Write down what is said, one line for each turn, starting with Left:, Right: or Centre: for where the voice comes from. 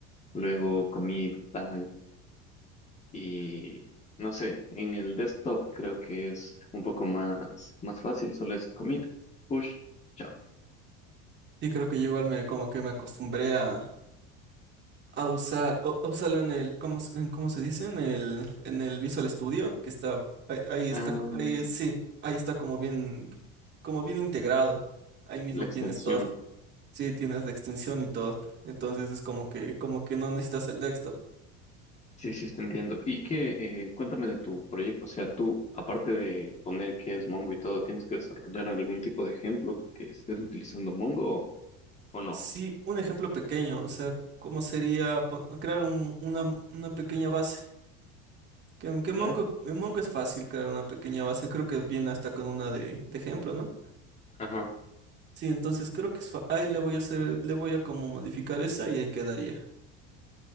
Left: luego commit, tal. Y no sé, en el desktop creo que es un poco más, más fácil, solo es commit, push, chao.
Right: Y creo que yo igual me, como que me acostumbré a, a usar, o, a usarlo en el, ¿cómo, se- en, cómo se dice? En el, en el Visual Studio, que está, ahí, ahí está,
Left: Ah,
Right: ahí sí, ahí está como bien, como bien integrado. Ahí mismo
Left: la extensión.
Right: tienes todo. Sí, tienes la extensión y todo. Entonces es como que, como que no necesitas el desktop.
Left: Sí, sí, te entiendo. Y que eh, cuéntame de tu proyecto. O sea, tú, aparte de poner que es Mongo y todo, ¿tienes que desarrollar algún tipo de ejemplo que estés utilizando Mongo o, o no?
Right: Sí, un ejemplo pequeño, o sea, ¿cómo sería pon- crear un- una, una pequeña base? Que, que
Left: ¿Ya?
Right: Mongo, en Mongo es fácil crear una pequeña base, creo que viene hasta con una de, de ejemplo, ¿no?
Left: Ajá,
Right: Sí, entonces creo que es fa- ahí le voy a hacer, le voy a como modificar esa y ahí quedaría.